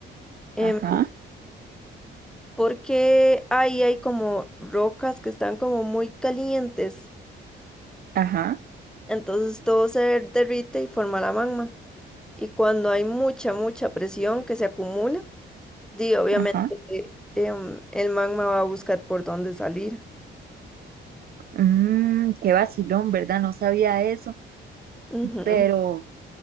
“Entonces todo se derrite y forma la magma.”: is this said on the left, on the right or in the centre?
Centre